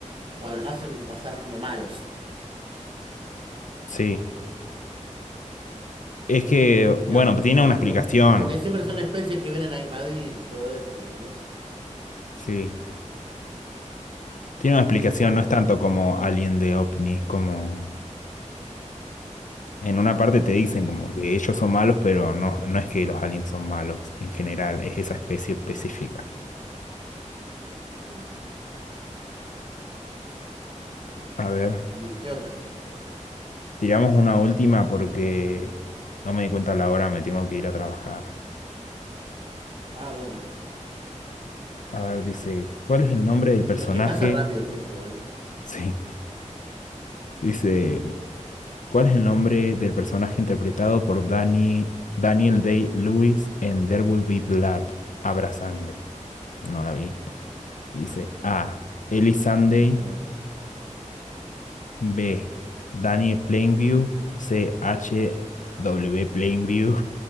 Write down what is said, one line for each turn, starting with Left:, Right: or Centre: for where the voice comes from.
Right: cuando los hacen pasar como malos,
Left: Sí, es que
Right: digamos.
Left: bueno, tiene
Right: Y
Left: una explicación.
Right: entonces, como que siempre son especies que vienen a invadir y todo eso, ¿entendés?
Left: Sí, tiene una explicación,
Right: ¿Cuál es
Left: no
Right: la
Left: es
Right: explicación?
Left: tanto como Alien de OVNI, es como En una parte te dicen como que
Right: No-
Left: ellos son malos, pero no, no es que los aliens son malos en general, es esa especie específica.
Right: mm,
Left: A ver,
Right: bien, ¿Qué otra?
Left: tiramos una última porque no me di cuenta la hora, me tengo que ir a trabajar.
Right: Ah, bueno.
Left: A ver, dice, ¿cuál es el nombre del personaje?
Right: Es que pasa rápido
Left: <laughs>
Right: el tiempo igual, ¿eh?
Left: Sí, dice, ¿cuál es el nombre del personaje interpretado por Danny, Daniel Day-Lewis en There Will Be Blood? Habrá sangre. No la vi. Dice A. Ellie Sunday.
Right: No, yo menos.
Left: B. Daniel Plainview. C. H. W. Plainview.